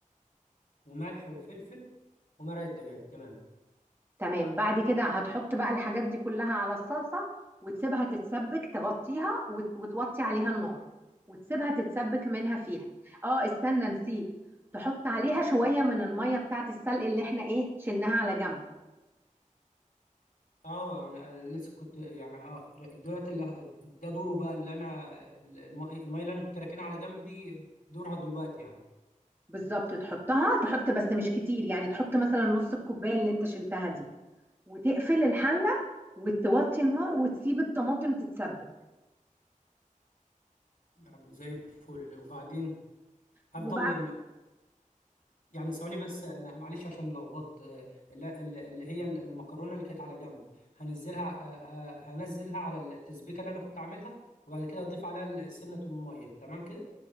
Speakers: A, on the left; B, on the right.
A: وملح وفلفل ومرق الدجاج تمام
B: تمام بعد كده هتحط بقى الحاجات دي كلها على الصلصة وتسيبها تتسبك تغطيها وت... وتوطي عليها النار وتسيبها تتسبك منها فيها اه استنى نسيت تحط عليها شوية من المية بتاعت السلق اللي احنا ايه شلناها على جنب
A: اه انا لسه كنت يعني اه دولت اللي ده دوره بقى اللي انا الم- الميه اللي انا كنت راكنها على جنب دي دورها دلوقتي يعني
B: بالظبط تحطها تحط بس مش كتير يعني تحط مثلا نص الكوباية اللي انت شلتها دي وتقفل الحلة وتوطي النار وتسيب الطماطم تتسبك
A: طب زي الفل وبعدين هفضل
B: وبعد
A: يعني ثواني بس انا معلش عشان لخبطت آه، لا ال- اللي هي المكرونه اللي كانت على جنب هنزلها آه، ه- هنزلها على التسبيكه اللي انا كنت عاملها وبعد كده هضيف عليها سنه الميه تمام كده